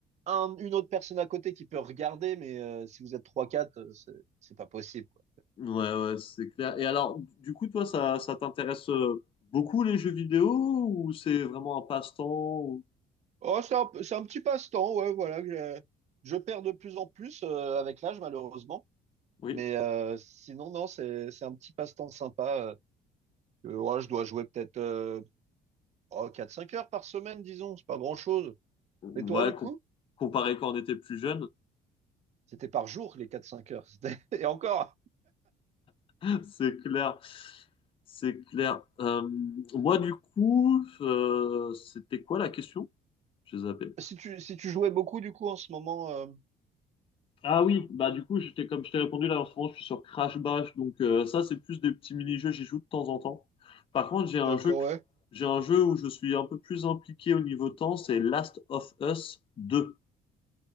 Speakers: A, on the right; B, on the left.
A: un- une autre personne à côté qui peut regarder, mais euh, si vous êtes trois quatre, euh, c'est c'est pas possible, quoi.
B: Ouais, ouais, c'est clair. Et alors, du coup, toi, ça, ça t'intéresse euh, beaucoup les jeux vidéo ou c'est vraiment un passe-temps ou-
A: Oh, c'est un, p- c'est un petit passe-temps, ouais, voilà. que j'ai- je perds de plus en plus euh, avec l'âge, malheureusement.
B: Oui.
A: Mais euh, sinon, non, c'est c'est un petit passe-temps sympa. euh, Euh, ouais, je dois jouer peut-être euh, oh, 4-5 heures par semaine, disons, c'est pas grand-chose.
B: Ouais,
A: Et toi, du
B: com-
A: coup?
B: comparé quand on était plus jeune,
A: C'était par jour, les quatre-cinq heures. C'était- <laughs> Et encore,
B: <laughs> c'est clair. C'est clair. Euh, moi, du coup, euh, c'était quoi la question? J'ai zappé.
A: si tu, si tu jouais beaucoup, du coup, en ce moment, euh,
B: Ah oui, bah du coup, j'étais comme je t'ai répondu là en ce moment, je suis sur Crash Bash, donc euh, ça c'est plus des petits mini-jeux, j'y joue de temps en temps. Par contre, j'ai un
A: D'accord,
B: jeu que-
A: ouais.
B: j'ai un jeu où je suis un peu plus impliqué au niveau temps, c'est Last of Us deux.